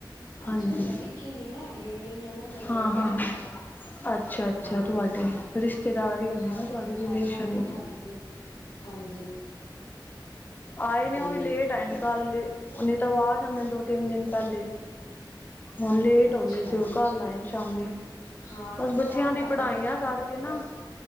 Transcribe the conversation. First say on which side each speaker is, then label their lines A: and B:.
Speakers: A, on the left (about 75°); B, on the left (about 25°).
A: ਅੱਛਾ-ਅੱਛਾ
B: ਹਾਂਜੀ,
A: ਦਿਖੇ ਨੀ ਨਾ ਹੈਗੇ ਮੇਰੀ ਨਨਦ ਲੱਗਦੇ
B: ਹਾਂ
A: ਨੇ ਨਾ
B: ਹਾਂ
A: ਉਹ
B: ਹਾਂ ਅੱਛਾ ਅੱਛਾ,
A: ਹਾਂ
B: ਤੁਹਾਡੇ ਰਿਸ਼ਤੇਦਾਰ ਹੋਣੇ
A: ਹਾਂਜੀ,
B: ਨਾ ਤੁਹਾਡੇ ਰਿਲੇਸ਼ਨ
A: ਹਾਂਜੀ-ਹਾਂਜੀ, ਹਾਂਜੀ ਹਾਂਜੀ
B: ਆਏ ਨੇ
A: ਤੇ
B: ਉਹ ਵੀ ਲੇਟ ਟਾਈਮ ਕੱਲ, ਨਹੀਂ ਤਾਂ ਉਹ ਆ ਜਾਂਦੇ ਨੇ ਦੋ ਤਿੰਨ ਦਿਨ ਪਹਿਲੇ ਹੁਣ ਲੇਟ
A: ਅੱਛਾ
B: ਹੋ ਗਏ ਸੀ, ਉਹ ਕਲ ਆਏ ਸ਼ਾਮੀ
A: ਹਾਂ ਨਹੀਂ
B: ਬਸ
A: ਤਾਂ
B: ਬੱਚਿਆਂ
A: ਪਹਿਲੇ
B: ਦੀ
A: ਆ ਜਾਂਦੇ
B: ਪੜ੍ਹਾਈਆਂ
A: ਨਾ,
B: ਕਰਕੇ
A: ਦਸ
B: ਨਾ